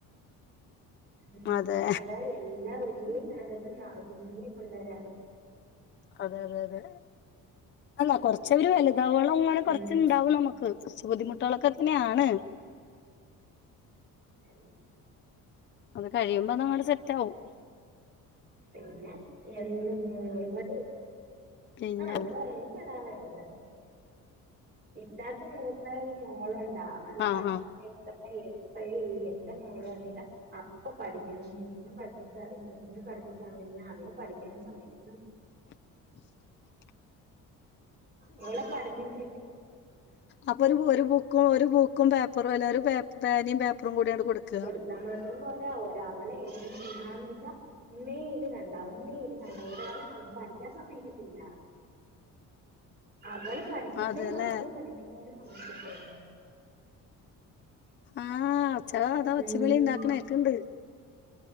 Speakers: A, on the right; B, on the left.
A: ഉ
B: അതെ
A: അതാ എല്ലാം വീട്ടിലും <unintelligible> കുഞ്ഞി പിള്ളരാണ്
B: അതെ അതെ അതെ അല്ല കൊറച്ച് പക്ഷെ അവര് വലുതാവളം ഇങ്ങനെ കുറച്ചുണ്ടാവും
A: ഉം
B: നമുക്ക് കുറച്ച് ബുദ്ധിമുട്ടുകളൊക്കെ തന്നെയാണ്
A: ഉ
B: അത് കഴിയുമ്പോ അങ്ങട്ട് സെറ്റ് ആകും
A: പിന്നെ എ ഇവിടെ
B: പിന്നെ
A: ആ ഇവിടെ എനിക്ക ഒരാളുള്ളൂ ഇറ്റാത്തെ മൂത്ത മോളുണ്ട അവടെ
B: ആഹ്
A: പണി
B: ആഹ്
A: എപ്പള്ളി എൻ്റെ മോള് <unintelligible> അപ്പൊ പഠിക്കണം നൂക്കന്ന് പഠിപ്പിച്ചാതി നൂക്ക പഠിപ്പിച്ചാ അതിനെ പഠിക്ക സമയത്തി
B: <inaudible>
A: ഇവിടെ പഠിപ്പിച്ചിട്ട
B: അപ്പൊ ഒരു ഒരു ബുക്കും ഒരു ബുക്കും പേപ്പറും എല്ലും പേനയും പേപ്പറും കൂടി അങ്ങട് കൊടുക്കുക
A: പത്താമുളത്തിരാ ഒ അവളെ എ എന്താന്ന് വെച്ചാൽ ഉമ്മി ഇത് കണ്ട ഉമ്മി ഇത് കണ്ട ഇതാണ് പഠിക്കാൻ സമ്മതിക്കത്തില്ല അവള് പഠിച്ചിട്ടേ
B: അതെല്ലേ
A: ആരെയും പഠിപ്പിക്കാനും സമ്മതിക്കത്തോള്
B: ആഹ്ച്ച അതാ ഒച്ചവിളിണ്ടാക്കണത്
A: ഉം
B: കേൾക്കേണ്ട്